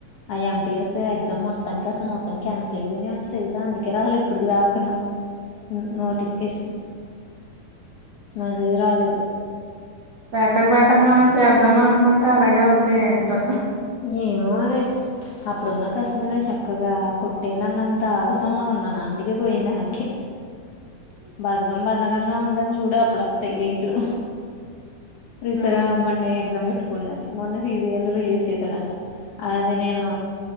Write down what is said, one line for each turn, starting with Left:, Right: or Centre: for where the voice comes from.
Left: ఆయ్యేంతేస్తే ఎగ్జామ్ మొత్తానిక్ అసలు మొత్తనికి క్యాన్సిసల్ అయిపోయినంట తెల్సా అందుకే రాలేదు ఇప్పుడి దాకను ఉ నోటిఫికేషన్ అదే రాలేదు
Right: పెట్టక పెట్టక మనం చేద్దామనుకుంటే అలాగే అవుతాయి ఏంటో
Left: ఏ మోరే అప్పుడున్న కశిమీద చక్కగా కొట్టేయాలన్నంత ఆవేశంలో ఉన్నాను అందుకే పోయింది ఎనక్కి బద్ధకం బద్ధకం గా ఉంటం చూడు అప్పుడొస్తాయి డేట్లు ప్రిపేర్
Right: ఉమ్
Left: అవ్వండి ఎగ్జామ్ పెట్టుకోండి అని మొన్న సీజీఎల్ రిలీజ్ చేశాడంట అది నేను